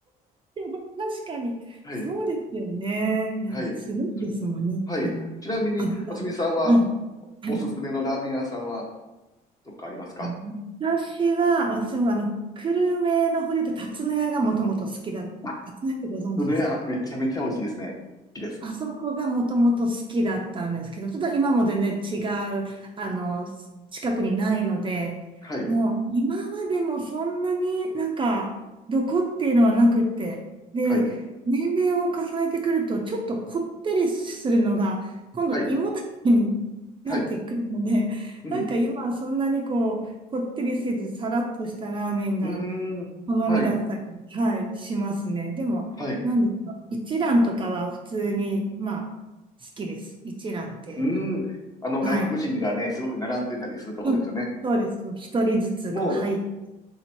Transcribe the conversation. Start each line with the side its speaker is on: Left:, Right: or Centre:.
Right: でも確かに、
Left: はい。
Right: そうですよね。いや、
Left: はい。
Right: すごいですもんね。
Left: はい。
Right: あの、
Left: ちなみに、
Right: 油。
Left: 渥美さんは、
Right: はい。
Left: おすすめのラーメン屋さんは、
Right: はい。
Left: どっかありますか
Right: あの私は、私もあの、久留米の方で言うと、竜田屋がもともと好きだ。竜
Left: あ、
Right: 田屋ってご存知ですか
Left: それはめちゃめちゃ美味しいですね。好きです。
Right: あそこがもともと好きだったんですけど、ちょっと今も全然違う、あの、近くにないので、
Left: はい、
Right: もう今までもそんなになんか、どこっていうのはなくって、で、
Left: はい、
Right: 年齢を重ねてくると、ちょっとこってりするのが、今度胃もたれになってくるので、
Left: はい、はい、うん、
Right: なんか今はそんなにこう、こってりせず、さらっとしたラーメンが
Left: うーん、
Right: 好みだったり、
Left: はい、
Right: はい、しますね。でも、
Left: はい、う
Right: なんでしょう。一蘭とかは普通に、まあ、好きです。一蘭って。
Left: ーん。あの、
Right: はい。
Left: 外国人がね、すごく並んでたりするところですよね。
Right: うんそうです。こう一人ずつ、
Left: も
Right: こう、はい、